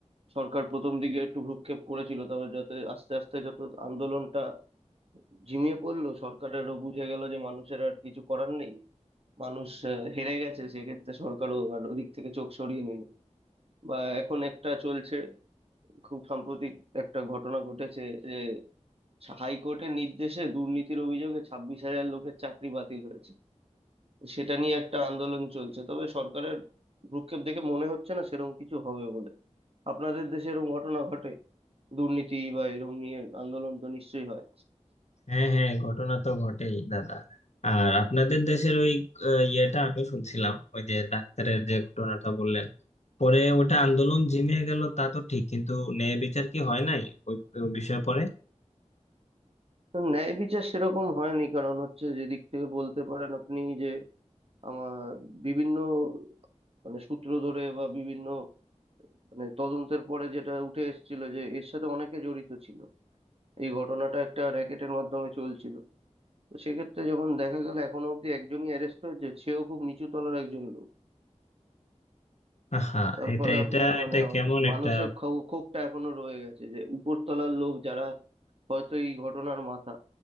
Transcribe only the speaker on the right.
সরকার প্রথম দিকে একটু ভ্রুক্ষেপ করেছিল তবে যাতে আস্তে আস্তে যত আন্দোলনটা ঝিমিয়ে পড়লো সরকারেরও বুঝে গেল যে মানুষের আর কিছু করার নেই মানুষ আহ, হেরে গেছে সেক্ষেত্রে সরকারও আর ওদিক থেকে চোখ সরিয়ে নিল বা এখন একটা চলছে খুব সাম্প্রতিক একটা ঘটনা ঘটেছে যে হাইকোর্টের নির্দেশে দুর্নীতির অভিযোগে ছাব্বিশ হাজার লোকের চাকরি বাতিল হয়েছে সেটা নিয়ে একটা আন্দোলন চলছে তবে সরকারের ভ্রুক্ষেপ দেখে মনে হচ্ছে না সেরকম কিছু হবে বলে আপনাদের দেশে এরকম ঘটনা ঘটে দুর্নীতি বা এরকম নিয়ে আন্দোলন তো নিশ্চয়ই হয়
তো ন্যায় বিচার সেরকম হয়নি কারণ হচ্ছে যেদিক থেকে বলতে পারেন আপনি আমার বিভিন্ন মানে সূত্র ধরে বা বিভিন্ন মানে তদন্তের পরে যেটা উঠে এসেছিল যে এর সাথে অনেকে জড়িত ছিল এই ঘটনাটা একটা র্যাকেটের মাধ্যমে চলছিল তো সেক্ষেত্রে যখন দেখা গেল এখনো অব্দি একজনই অ্যারেস্ট হয়েছে সেও খুব নিচু তলার একজন লোক
তার
ফলে
আপনার মানে
মানুষের
ক্ষো- ক্ষোভটা এখনো রয়ে গেছে যে উপরতলার লোক যারা হয়তো এই ঘটনার মাথা